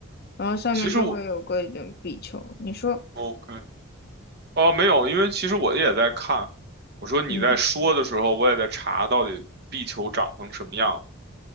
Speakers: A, on the left; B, on the right.
A: 然后上面就会有个一种壁球。
B: 其实我
A: 你说，
B: OK，哦，没有，因为其实我也在看。我说你在说的时候，
A: 嗯，
B: 我也在查到底壁球长成什么样。